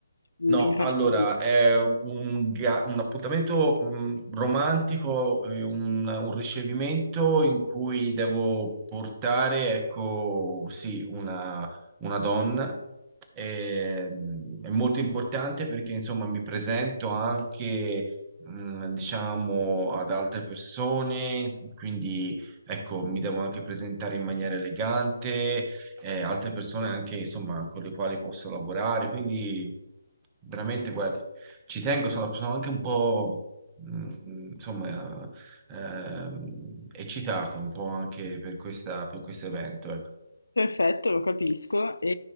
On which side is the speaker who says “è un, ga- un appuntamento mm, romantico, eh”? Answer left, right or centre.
Right